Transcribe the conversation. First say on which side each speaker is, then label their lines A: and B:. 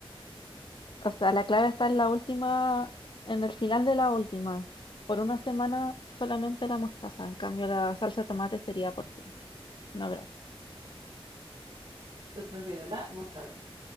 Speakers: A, on the left (about 55°); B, on the right (about 45°).
A: O sea, la clave está en la última, en el final de la última. Por una semana solamente la mostaza, en cambio la salsa de tomate sería por siempre. No, gracias.
B: Entonces, prefieres la mostaza.